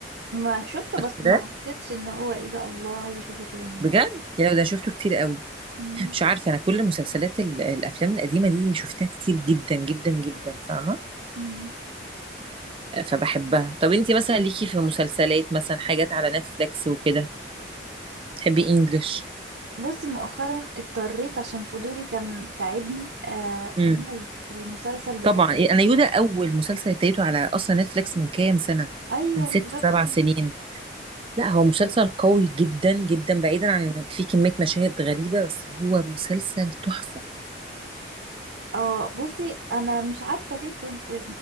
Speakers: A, on the right; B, on the right.
A: ما شفته بس
B: فاكراه
A: ما حسيتش ان هو ايه ده الله عايزة اشوفه تاني يعني
B: بجد يا لو ده شفته كتير قوي
A: مم.
B: مش عارفه انا كل مسلسلات ال- الافلام القديمه دي شفتها كتير جدا جدا جدا فاهمه
A: مم.
B: فبحبها طب انتي مثلا ليكي في مسلسلات مثلا حاجات على نتفليكس وكده تحبي انجلش
A: بصي مؤخرا اضطريت عشان فضولي كان تعبني آه
B: امم
A: يو المسلسل بتاع
B: طبعا
A: <laughs> يو
B: إيه، انا يودا اول مسلسل ابتديته على اصلا نتفليكس من كام سنه
A: ايوه
B: من ست
A: بالظبط
B: سبع سنين لا هو مسلسل قوي جدا جدا بعيدا عن انه فيه كمية مشاهد غريبة بس هو مسلسل تحفة
A: اه بصي انا مش عارفه ليه كنت